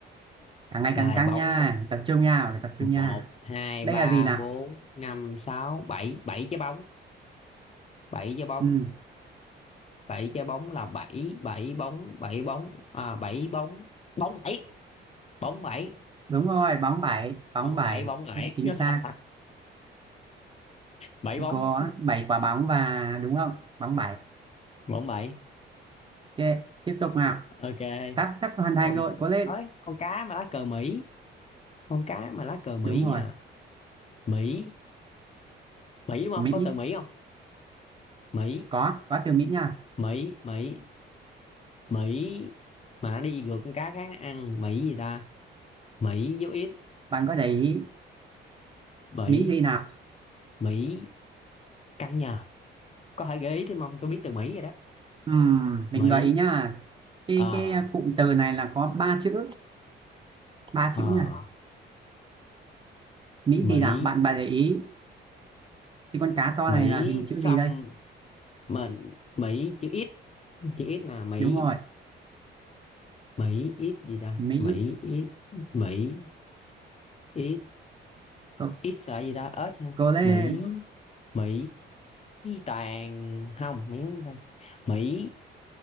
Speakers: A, on the right; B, on the left.
A: càng ngày
B: rồi
A: càng căng
B: bóng
A: nha tập trung nha phải tập
B: một
A: trung nha
B: hai
A: đây
B: ba
A: là gì nào
B: bốn năm sáu bảy bảy trái bóng bảy trái bóng
A: ừ,
B: bảy trái bóng là bảy bảy bóng bảy bóng à bảy bóng bóng bảy bóng bảy
A: đúng rồi bóng bảy bóng
B: bóng
A: bảy
B: bảy bóng bảy
A: chính
B: <laughs>
A: xác
B: bảy bóng
A: có bảy quả bóng và đúng không bóng bảy
B: bóng bảy
A: ok tiếp tục nào
B: ok
A: sắp sắp hoàn thành
B: con
A: rồi cố lên
B: ơi con cá mà lá cờ Mỹ con cá mà lá cờ Mỹ
A: đúng rồi
B: à Mỹ Mỹ đúng không
A: Mỹ
B: có từ Mỹ không Mỹ
A: có có từ Mỹ nha
B: Mỹ Mỹ Mỹ mà nó đi ngược con cá khác nó ăn Mỹ gì ta Mỹ dấu ít
A: bạn có để ý
B: Mỹ
A: Mỹ gì nào
B: Mỹ căng nhờ có thể gợi ý thêm không tôi biết từ Mỹ rồi đó
A: Ừm, mình
B: Mỹ
A: gợi ý nhá cái
B: ờ
A: cái cụm từ này là có ba chữ ba
B: ờ
A: chữ nha Mỹ gì
B: Mỹ
A: nào bạn bạn để ý cái con cá to
B: Mỹ
A: này là hình
B: xăm
A: chữ gì đây
B: mình Mỹ chữ ít chữ ít là Mỹ
A: đúng rồi
B: Mỹ ít gì ta
A: Mỹ
B: Mỹ ít Mỹ ít
A: cố,
B: ít là gì ta ớt ha
A: cố lên
B: Mỹ Mỹ toàn không Mỹ không ta. Mỹ